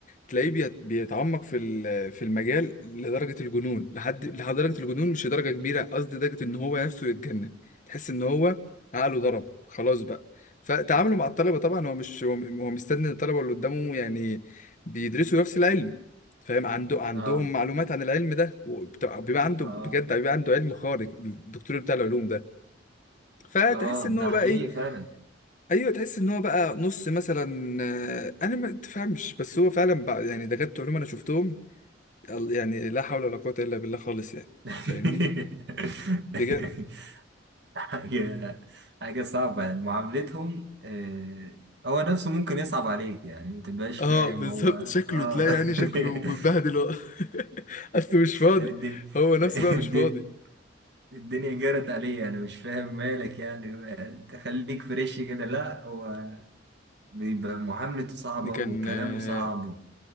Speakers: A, on the left; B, on the right.
A: تلاقيه بيت- بيتعمق في ال- في المجال لدرجة الجنون لحد لحد درجة الجنون مش درجة كبيرة قصدي درجة ان هو نفسه يتجنن تحس ان هو عقله ضرب خلاص بقى فتعامله
B: اه
A: مع الطلبة طبعا هو مش هو هو مستني الطلبة اللي قدامه يعني بيدرسوا نفس العلم فاهم عنده عندهم
B: اه
A: معلومات عن العلم ده وبتاع- بيبقى عنده
B: اه
A: بجد بيبقى عنده علم خارق الدكتور بتاع العلوم ده فتحس
B: اه
A: ان
B: ده
A: هو
B: حقيقي
A: بقى ايه
B: فعلا
A: ايوه تحس ان هو بقى نص مثلا آه، انا ما تفهمش بس هو فعلا بقى يعني دكاتره علوم انا شفتهم يعني لا حول ولا قوة إلا بالله خالص يعني
B: <laughs>
A: فاهمني بجد
B: حاجة حاجة صعبة يعني معاملتهم آه، هو نفسه ممكن يصعب عليك يعني ما تبقاش
A: اه
B: فاهم
A: بالظبط
B: هو
A: شكله
B: اه
A: تلاقي يعني شكله
B: <laughs>
A: متبهدل هو. <laughs> اصل مش فاضي
B: يعني الدنيا
A: هو نفسه بقى مش
B: الدنيا
A: فاضي
B: الدنيا جرت عليا انا مش فاهم مالك يعني تخليك فريش كده لا هو بيبقى معاملته صعبة
A: دي كان
B: وكلامه
A: آه،
B: صعب